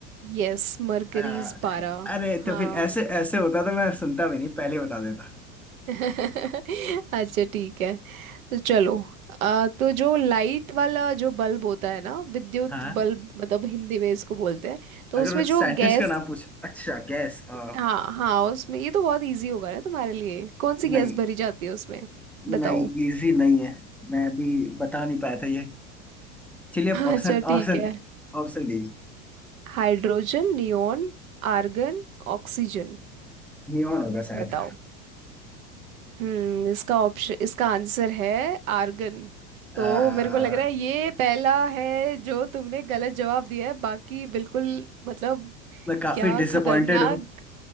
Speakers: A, on the right; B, in the centre.
A: यस मर्करीज
B: आ,
A: पारा
B: अरे
A: हाँ
B: तो फिर ऐसे ऐसे होता तो मैं सुनता भी नहीं पहले बता देता
A: <laughs> अच्छा ठीक है तो चलो अ, तो जो लाइट वाला जो बल्ब होता है ना विद्युत
B: हाँ
A: बल्ब मतलब हिंदी में इसको बोलते हैं तो
B: अगर
A: उसमें
B: वो साइंटिस्ट
A: जो गैस
B: का नाम पूछ अच्छा गैस आ,
A: हाँ हाँ उसमें ये तो बहुत इजी होगा ना तुम्हारे लिए कौन सी गैस
B: नहीं
A: भरी जाती है उसमें बताओ
B: नहीं
A: <laughs>
B: इजी नहीं है मैं भी बता नहीं पाया था ये चलिए आप ऑप्शन
A: अच्छा ठीक
B: ऑप्शन
A: है
B: ऑप्शन दीजिए
A: Hydrogen neon argon oxygen
B: नियॉन होगा शायद
A: बताओ हम्म इसका ऑप्शन इसका आंसर है आर्गन
B: आ,
A: तो मेरे को लग रहा है ये पहला है जो तुमने गलत जवाब दिया है बाकी बिल्कुल मतलब
B: मैं काफी
A: क्या
B: डिसअपॉइंटेड
A: खतरनाक
B: हूँ